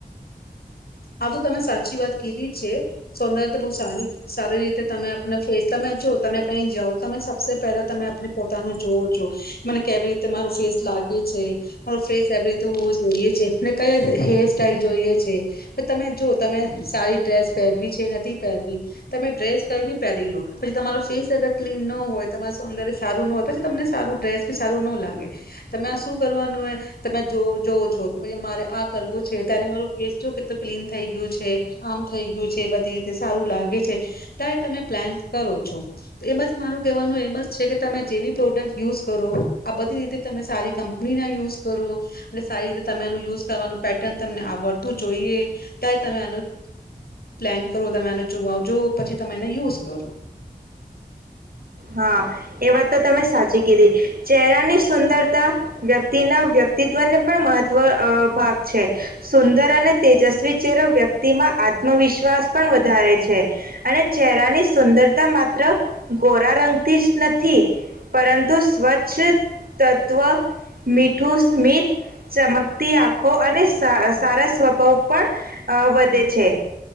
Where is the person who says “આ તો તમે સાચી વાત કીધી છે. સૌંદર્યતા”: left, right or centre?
Left